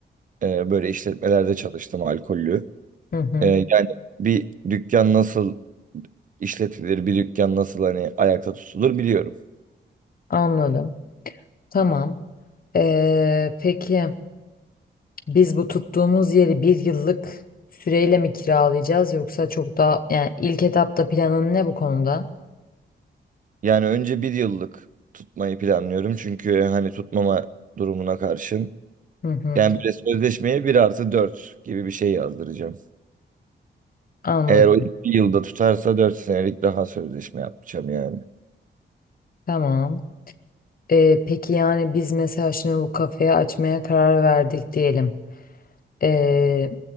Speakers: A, on the right; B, on the left.
A: e, böyle işletmelerde çalıştım alkollü.
B: Hı hı,
A: E, yani bir dükkan nasıl işletilir, bir dükkan nasıl hani ayakta tutulur biliyorum.
B: anladım. Tamam. Ee, peki. Biz bu tuttuğumuz yeri bir yıllık süreyle mi kiralayacağız yoksa çok daha yani ilk etapta planın ne bu konuda?
A: Yani önce bir yıllık tutmayı planlıyorum. Çünkü e, hani tutmama durumuna karşın.
B: Hı hı,
A: Yani böyle sözleşmeye bir artı 4 gibi bir şey yazdıracağım.
B: anladım.
A: Eğer o ilk bir yılda tutarsa 4 senelik daha sözleşme yapacağım yani.
B: Tamam. Ee, peki yani biz mesela şimdi bu kafeyi açmaya karar verdik diyelim. Ee,